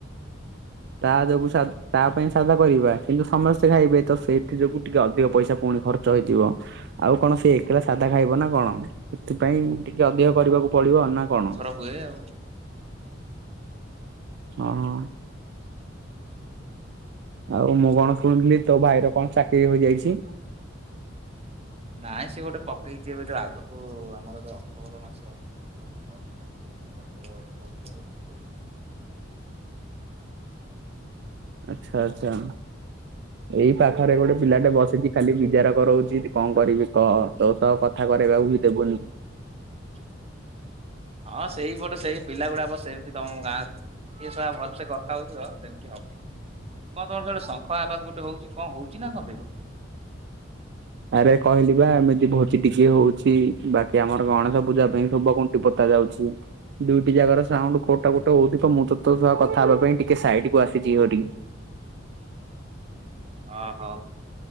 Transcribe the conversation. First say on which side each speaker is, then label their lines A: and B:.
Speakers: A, on the right; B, on the right.
A: ତା ଯୋଗୁ ସା ତା ପାଇଁ ସାଧା କରିବା କିନ୍ତୁ ସମସ୍ତେ ଖାଇବେ ତ ସେଇଥି ଯୋଗୁ ଟିକେ ଅଧିକ ପଇସା ପୁଣି ଖର୍ ର୍ଚ୍ଚ ହେଇଥିବ ଆଉ କଣ ସେ ଏକଲା ସାଧା ଖାଇବ ନା କଣ ସେଥିପାଇଁ ଟିକେ ଅଧିକ କରିବାକୁ ପଡିବ ନା। କଣ?
B: ଥର ହୁଏ ଆଉ।
A: ହଁ ହ। ଆଉ ମୁଁ କଣ ଶୁଣଥିଲି ତୋ ଭାଇର କଣ ଚାକିରି ହୋଇଯାଇଛି।
B: ନାଇଁ ସିଏ ଗୋଟେ ପକେଇଚି ଏବେ ଯୋ ଆଗକୁ ଆମର ଯୋଉ ଅକ୍ଟୋବର ମାସ ସେଇ ଗୋଟେ ପରୀକ୍ଷା ଅଛି। ସେଇ ପକେଇବ ବୋଲି କହୁଥିଲା ଆଉ ହେଇନି।
A: ଆଛା ଆଛା। ଏଇ ପାଖରେ ଗୋଟେ ପିଲାଟେ ବସଚି ଖାଲି ବିଚାର କରଉଛି କଣ କରିବି କହ ତୋ ସ କଥା କରେଇବାକୁ ବି ଦେବୁନି।
B: <inaudible> ହଁ ସେଇପଟେ ସେଇ ପିଲା ଗୁଡା ବ ସେମିତି ତମ ଗାଁ ରେ, ଇଏ ଶଳା ଭଲସେ କଥା ହଉଥିବ ଆ ସେମିତି କଣ ତମର ସିଆଡେ ଶଙ୍ଖ ଆବାଜ ଗୋଟେ ହଉଚି କଣ ହଉଚି ନା କଣ ସେଇ ଗୋଟ?
A: ଆରେ କହିଲି ବା ଏମିତି ଭୋଜି ଟିକେ ହଉଚି, ବାକି ଆମର ଗଣେଶ ପୂଜା ପାଇଁ ସୁବ କୁଣ୍ଟି ପୋତା ଛାଉଚି। ଦୁଇଟି ଜାଗର ସାଉଣ୍ଡୁ କୋଉଟା ଗୋଟେ ହଉଥିବ ମୁଁ ତ ତ ସହ କଥା ହେବା ପାଇଁ ଟିକେ ସାଇଡକୁ ଆସିଚି ହରି।
B: ଓ ହୋ।